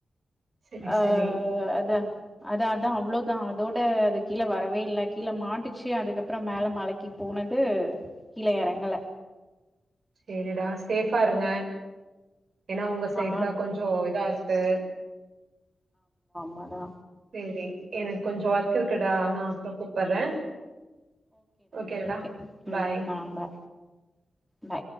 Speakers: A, on the right (about 70°); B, in the centre.
A: செரி
B: ஆஹ்
A: செரி
B: அதான் அத அதா அவ்ளோதா அதோட அது கீழே வரவே இல்லை கீழே மாட்டுச்சு அதுக் அப்றோ மேல மலைக்கு போனது கீழ இறங்கள
A: செரிடா சேஃபா இருங்க ஏனா உங்க சைடு
B: ஆ
A: தா கொஞ்சோ இதா இருக்கு
B: வடா
A: சேரி எனக்கு கொஞ்சோ ஒர்க் இருக்குடா நா அப்பறோ கூப்படுறே ஓகேடா
B: ஓகே ம்
A: பாய்
B: ஆ பா பாய்